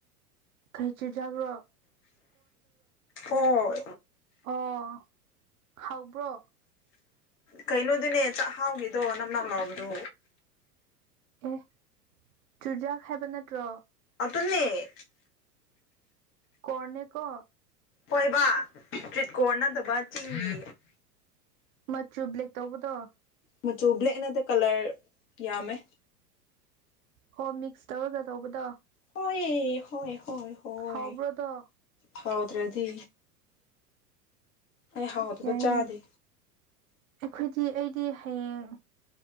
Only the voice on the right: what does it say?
ꯈꯔꯆꯤ ꯆꯥꯕꯔꯣ
ꯑꯣ ꯍꯥꯎꯕ꯭ꯔꯣ
ꯑꯦ ꯆꯨꯖꯥꯛ ꯍꯥꯏꯕ ꯅꯠꯇ꯭ꯔꯣ
ꯀꯣꯔꯣꯟꯅꯦ ꯀꯣ
ꯃꯆꯨ ꯕ꯭ꯂꯦꯛ ꯇꯧꯕꯗꯣ
ꯍꯣ ꯃꯤꯛꯁ ꯇꯧꯔꯒ ꯇꯧꯕꯗꯣ
ꯍꯥꯎꯕ꯭ꯔꯣꯗꯣ
ꯌꯥꯏꯅꯦ
ꯑꯩꯈꯣꯏꯗꯤ ꯑꯩꯗꯤ ꯍꯩꯌꯦꯡ